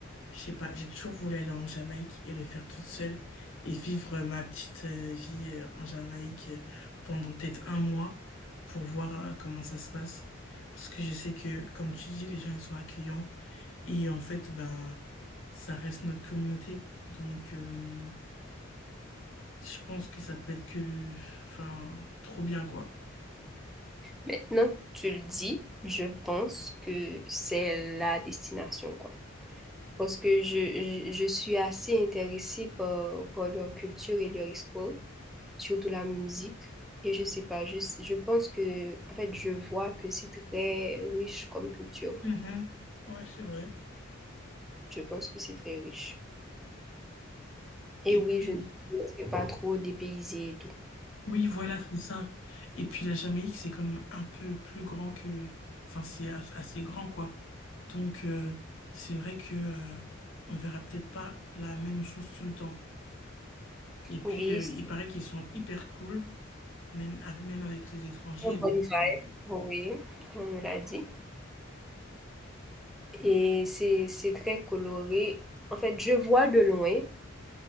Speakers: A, on the left (about 65°); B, in the centre.
A: je sais pas, j'ai toujours voulu aller en Jamaïque et le faire toute seule et vivre euh, ma petite euh, vie euh, en Jamaïque euh, pendant peut-être un mois pour voir euh, comment ça se passe. Parce que je sais que, comme tu dis, les gens, ils sont accueillants et en fait, ben, ça reste notre communauté. Donc, euh, je pense que ça peut être que, enfin, trop bien, quoi.
B: Maintenant que tu le dis, je pense que c'est la destination, quoi. Parce que je, je, je suis assez intéressée par, par leur culture et leur histoire, surtout la musique. Et je sais pas, je, je pense que, en fait, je vois que c'est très riche comme culture.
A: Mhm. Ouais, c'est vrai.
B: Je pense que c'est très riche. Et
A: Et
B: oui,
A: puis,
B: je ne serai pas trop dépaysée et tout.
A: oui, voilà, c'est ça. Et puis la Jamaïque, c'est comme un peu plus grand que... Enfin, c'est as- assez grand, quoi. Donc, euh, c'est vrai que euh, on verra peut-être pas la même chose tout le temps. Et puis,
B: Oui,
A: euh,
B: c'est
A: il paraît qu'ils sont hyper cool, même, avec, même avec les étrangers.
B: très bonne
A: Donc,
B: vibe.
A: euh,
B: Oui, on me l'a dit. Et c'est c'est très coloré. En fait, je vois de loin,